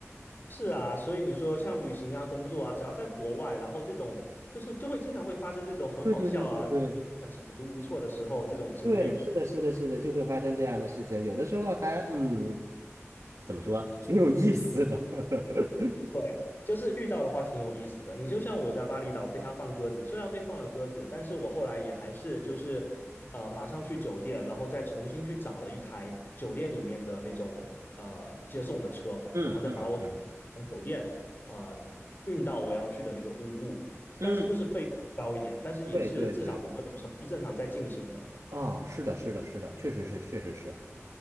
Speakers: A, on the left; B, on the right.
A: 是啊，所以你说像旅行啊、工作啊，只要在国外，然后这种就是就会经常会发生这种很好笑啊、
B: 对对对对对
A: 很手足无措的时候这种经历。
B: 对，是的，是的，是的，就会发生这样的事情。有的时候还嗯，怎么说，挺有意思的。<laughs>
A: 对，就是遇到的话挺有意思的。你就像我在巴厘岛被他放鸽子，虽然被放了鸽子，但是我后来也还是就是呃马上去酒店，然后再重新去找了一台酒店里面的那种呃接送的车，
B: 嗯嗯嗯
A: 然后再把我给从酒店呃运到我要去的那个乌布，
B: 嗯，
A: 但是就是费用高一点，但是也是至少你的旅程是正常在进行的。
B: 对对对，哦，是的，是的，是的，确实是，确实是。